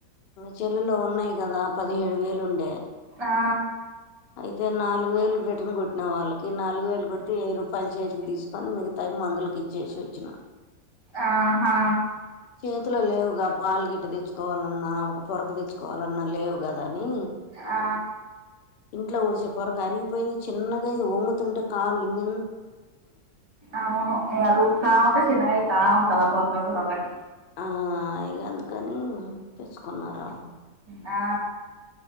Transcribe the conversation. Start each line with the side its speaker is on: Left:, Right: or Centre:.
Left: చెల్లులో ఉన్నాయి కదా పదిహేడు వేలు ఉండే
Right: ఆ
Left: అయి అ నాలుగు వేలు రిటన్ కొట్టిన వాళ్ళకి నాలుగు వేలు కొడితే వెయ్యి రూప పంచాయితీకి తీసుకొని మిగతాయి మందులకి ఇచ్చేసి వచ్చిన
Right: ఆహా
Left: చేతిలో లేవుగా పాలు గిట్ట తెచ్చుకోవాలన్నా ఒక పొరకు తెచ్చుకోవాలన్నా లేవు కదా అని
Right: ఆ
Left: ఇట్లా ఊడిచే పరక అరిగిపోయింది చిన్నగ అయింది వంగుతుంటే కాళ్ళు ఇ
Right: అవును అది ఇంగ ఉడుతాఉంటే చిన్నగ అయితా ఉంటది పొరకా కూడా ఒకటి
Left: ఆ ఇగ అందుకని తెచ్చుకున్నారా
Right: ఆ